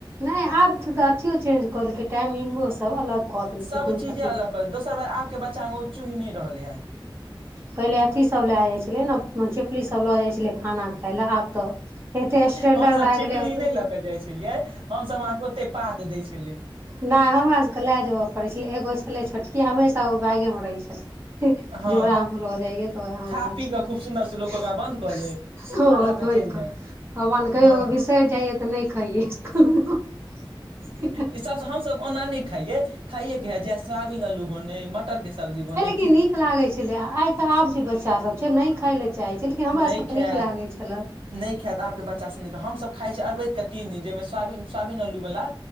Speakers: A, on the right; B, on the right.
A: नहि आब त तऽ अथियो चेंज कऽ लेलकै टाइमिंगोसभ अलग कऽ देलकै
B: सभ
A: दू
B: चीजे
A: अथी
B: अलग
A: के
B: कर छै दोसर बार आब के बच्चा मे ओ चूहि न नहि रहले है
A: पहिले अथिसभ लए जाइ छलै ने छिपलीसभ लऽ जाइ छलै खाना खाय लेलए आब तऽ एते स्टेंडर्ड
B: हमसभ
A: भए
B: छिपली
A: गेलै अपने
B: नहि लऽ के जाइ छलियै हमसभ अहाँके ओते पात दै छलै
A: नै हमरा सबके लए जेबय पड़ै छलै एगो छलै छोटकी हमेशा ओ बैगे मे रहै छलै
B: हँ
A: झोरम ल जाइय तऽ ओहे
B: खा
A: मे रहै
B: पी
A: छै
B: कऽ खूब सुन्दर से लोक ओकरा बन्द कऽ ले
A: ओ
B: आ लऽ
A: धोइ
B: चलि जाय
A: कऽ हपन कहियो
B: हँ
A: बिसरि जाइये तऽ नहि खाइय इसकुल <inaudible>
B: इ सब हमस ओना ने खाये खाये के है जे सोयाविन आलू बने मटर के सब्जी बने
A: नीक लागे छले आइ के आब जे बच्चा सब छै नहि खाय लए चाहे छै लेकिन हमरा
B: नहि
A: सब के
B: खायत
A: नीक लागे छले
B: नहि खायत आबके बच्चा सब नीकत हमसभ खाइ छिय अवैत के तीन दिन जाहि सो सोयाविन आलु वला